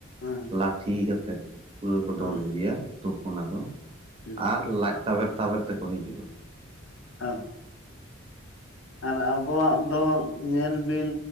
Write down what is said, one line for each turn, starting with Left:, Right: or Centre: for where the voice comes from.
Left: ᱦᱮᱸ
Right: ᱞᱟᱴᱷᱤ ᱠᱟᱛᱮᱫ᱾ ᱯᱩᱨᱟᱹ ᱠᱚ ᱫᱚᱱ
Left: ᱦᱮᱸ
Right: ᱤᱫᱤᱭᱟ ᱛᱩᱯᱩᱱᱟᱠᱚ,
Left: ᱦᱮᱸ ᱦᱮᱸ
Right: ᱟᱨ ᱞᱟᱡ ᱛᱟᱵᱮᱨ ᱛᱟᱵᱮᱨ ᱛᱮᱠᱚ ᱦᱤᱡᱩᱜᱼᱟ᱾
Left: ᱦᱮᱸ᱾ ᱟᱨ ᱟᱵᱚᱣᱟᱜ ᱫᱚ ᱧᱮᱞ ᱵᱤᱱ